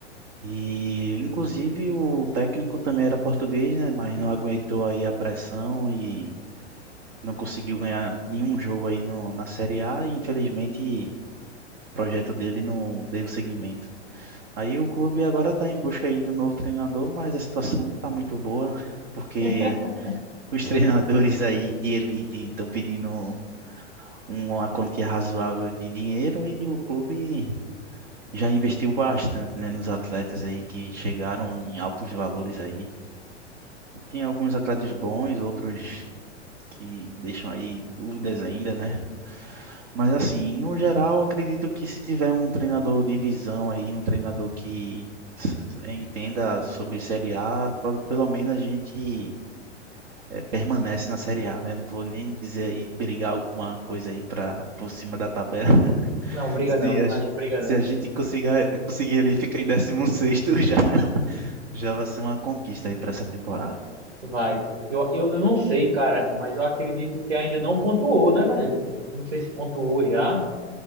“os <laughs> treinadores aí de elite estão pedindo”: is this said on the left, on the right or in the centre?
Right